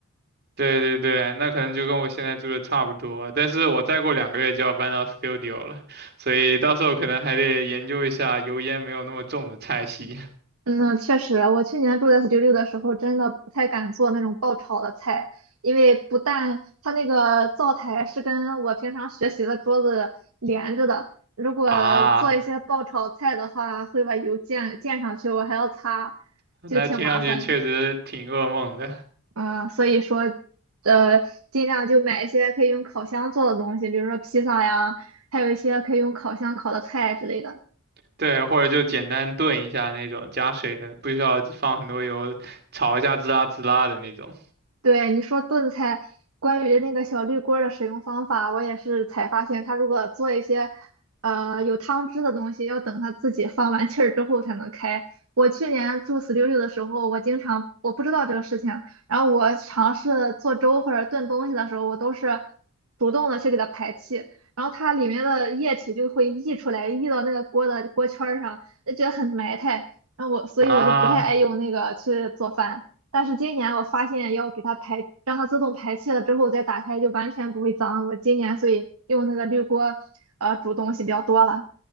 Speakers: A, on the right; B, on the right.
A: 对对对，那可能就跟我现在住的差不多，但是我再过两个月就要搬到 studio 了，所以到时候可能还得研究一下油烟没有那么重的菜系
B: 嗯，确实，我去年住在 studio 的时候，真的不太敢做那种爆炒的菜，因为不但它那个灶台是跟我平常学习的桌子连着的，如果做一些爆炒菜的话，
A: <laughs> 啊。
B: 会把油溅溅上去，我还要擦，
A: 那听上去确实挺噩梦的，
B: 就挺麻烦。啊、所以说，呃，尽量就买一些可以用烤箱做的东西，比如说披萨呀，还有一些可以用烤箱烤的菜之类的。
A: 对，或者就简单炖一下那种加水的，不需要放很多油，炒一下滋啦滋啦的那种
B: 对，你说炖菜，关于那个小绿锅儿的使用方法，我也是才发现，它如果做一些呃有汤汁的东西，要等它自己放完气儿之后才能开。我去年住四六六的时候，我经常我不知道这个事情，然后我尝试做粥或者炖东西的时候，我都是主动的去给它排气，然后它里面的液体就会溢出来，溢到那个锅的锅圈儿上，就觉得很埋汰。然后我，所以我就不太爱用那个去做饭。
A: 啊。
B: 但是今年我发现要给它排，让它自动排气了之后再打开就完全不会脏。我今年所以用那个绿锅，呃，煮东西比较多了。